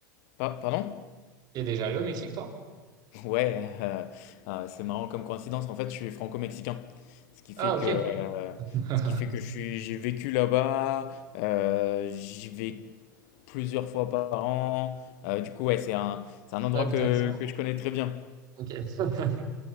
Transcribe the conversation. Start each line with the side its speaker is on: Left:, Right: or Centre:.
Left: pa- pardon?
Right: Tu es déjà allé au Mexique, toi?
Left: Ouais, heu, heu, c'est marrant comme coïncidence. En fait, je suis franco-mexicain. Ce qui
Right: Ah,
Left: fait
Right: ok.
Left: que, heu,
Right: <laughs>
Left: ce qui fait que je suis j'ai vécu là-bas, heu, j'y vais plusieurs fois par an. Heu, du coup, ouais, c'est un c'est un endroit
Right: Ah,
Left: que
Right: putain, excellent.
Left: que je connais très bien.
Right: Ok. <laughs>